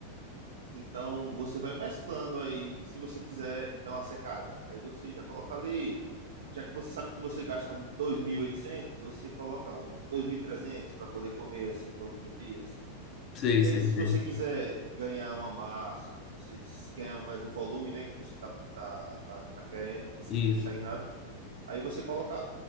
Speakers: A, on the right; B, on the left.
A: então você vai mesclando aí, se você quiser dar uma secada. Aí você já coloca ali, já que você sabe que você gasta 2.800, você coloca um 2.300 para poder comer assim todos os dias.
B: Sei,
A: E
B: sei,
A: aí se
B: sei.
A: você quiser ganhar uma massa, você se ganhar mais um volume, né, que você tá tá, tá, tá querendo, diz
B: Isso,
A: que tem estagnado, aí você coloca